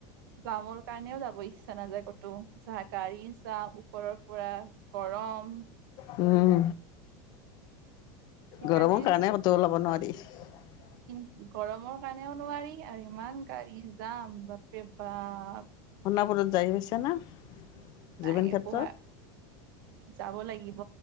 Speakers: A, on the right; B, on the left.
A: জামৰ কাৰণেও যাব ইচ্ছা নাযায় ক'তো যাহ গাড়ী যা ওপৰৰ পৰা গৰম।
B: উম।
A: সেইকাৰণে
B: গৰমৰ কাৰণে তো ল'ব নোৱাৰি। <unintelligible>
A: কি গৰমৰ কাৰণেও নোৱাৰি আৰু ইমান গাড়ী যাম বাপ্ৰে বাপ।
B: সোণাপুৰত যাই গৈছে না। জুবিন
A: নাই
B: ক্ষেত্ৰত
A: পুৱা যাব লাগিব।